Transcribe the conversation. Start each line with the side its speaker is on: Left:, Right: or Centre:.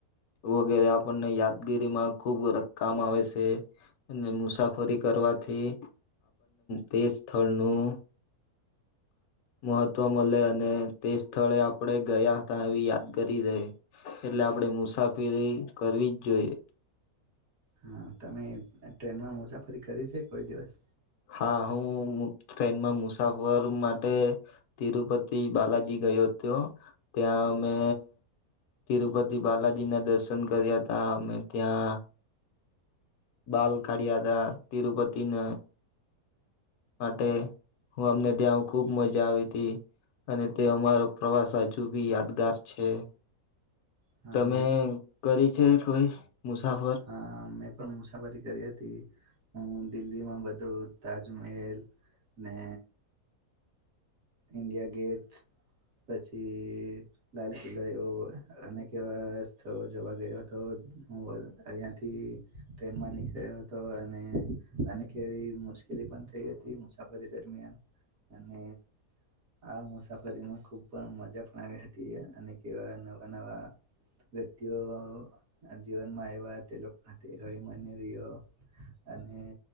Left: વગેરે આપણને યાદગીરીમાં ખુબ વત કામ આવે છે અને મુ મુસાફરી કરવાથી તે સ્થળનું મહત્વ મળે અને તે સ્થળે આપણે ગયા હતા એવી યાદ કરી રહે એટલે આપણેે મુસાફરી કરવી જ જોઈએ.
Right: હા તમે ટ્રેનમાં મુસાફરી કરી છે કોઈ દિવસ
Left: હા હું ટ્રેનમાં મુસાફર માટે તિરુપતિ બાલાજી ગયો હતો ત્યાં અમે તિરુપતિ બાલાજીના દર્શન કર્યા ત અમે ત્યાં બાલ કારળિયા હતા તિરુપતિ ન માટે હું અમને ત્યાં ખુબ મજા આવી હતી. અને તે અમારો પ્રવાસ હજુ બી યાદગાર છે.
Right: હા
Left: તમે
Right: મેં
Left: કરી છે કોઈ મુસાફર
Right: અ મેં પણ મુસાફરી કરી હતી. હું દિલ્હીમાં બધું તાજમહેલ ને ઇન્ડિયા ગેટ પછી લાલ કિલ્લોવ અને કેવા થ જોવા ગયો હતો હું અહીંયાથી ટ્રેનમાં નીકળ્યો હતો. તો એને એને કેવી મુશ્લી પણ થઈ હતી મુસાફરી દરમિયાન અને આ મુસાફરીમાં ખુબ પણ મજા પણ આવી હતી અને કેવા નવા નવા વ્યક્તિઓ જીવનમાં આવ્યા તે લોકો તે હળ મને રહ્યો અને